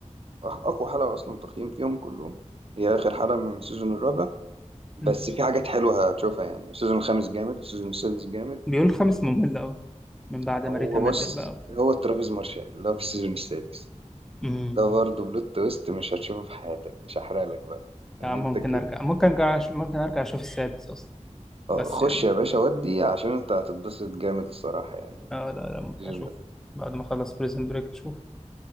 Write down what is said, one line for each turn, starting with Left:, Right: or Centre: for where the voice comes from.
Right: واقوى حلقة اصلا تقييم فيهم كلهم هي اخر حلقة من السيزون الرابع بس
Centre: مم.
Right: في حاجات حلوة هتشوفها يعني السيزون الخامس جامد والسيزون السادس جامد
Centre: بيقول خمس ممل قوي من بعد
Right: هو
Centre: ما ريتا ماتت
Right: بص
Centre: بقى
Right: هو ترافيس مارشال اللي هو في السيزون السادس
Centre: مم.
Right: ده برضه بلوت تويست مش هتشوفه في حياتك مش هحرق لك بقى
Centre: يعني
Right: ان انت
Centre: ممكن
Right: كده
Centre: ارجع ممكن ارجع ممكن ارجع اشوف السادس اصلا
Right: آه،
Centre: بس
Right: خش
Centre: يعني
Right: يا
Centre: فاهم
Right: باشا ودي عشان انت هتتبسط جامد الصراحة يعني
Centre: اه لا لا ممكن
Right: السيزون
Centre: اشوف
Right: ده
Centre: بعد ما اخلص بريزن بريك اشوف